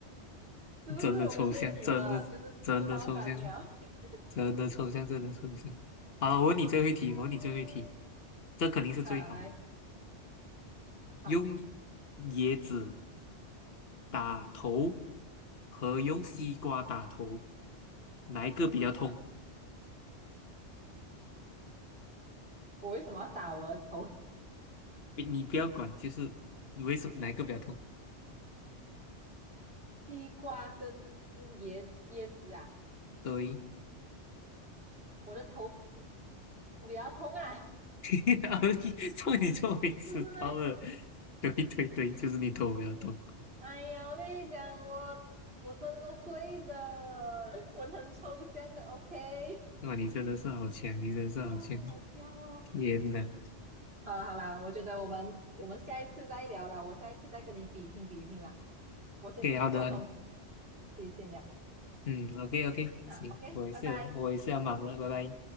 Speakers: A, on the right (about 60°); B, on the left (about 60°).
A: 是不是？
B: 真的抽象，
A: 我没有骗你啊，
B: 真的真的抽象，
A: 就是不到三秒。<laughs>
B: 真的抽象，真的抽象。好了，我问你最后一题，
A: 嗯，
B: 我问你最后一题，这肯定是最好的。
A: 好，来，好，
B: 用椰子打头和用西瓜打头，哪一个比较痛？
A: 我为什么要打我的头？
B: 你不要管，就是为什么哪一个比较痛？
A: 西瓜跟椰椰子啊，
B: 对。
A: 我的头比较痛啊，
B: <laughs> 做你做没迟到了，
A: 不是咩？
B: 对对对，<laughs> 就是你头不要动。
A: 哎呀，我跟你讲，我我真的会的，<laughs> 我很抽象的，OK？
B: 哇，你真的是好强，你真的是好强！
A: 啊，好笑哦。
B: 天呐 o
A: 好啦好啦，我觉得我们我们下一次再聊啦，我下一次再跟你比拼比拼啦，我先去做东
B: k 好的好的，
A: 西先了，
B: 嗯，OK OK，
A: 哈，OK，
B: 行，我也是有我也是要忙了，
A: 拜拜。
B: 拜拜。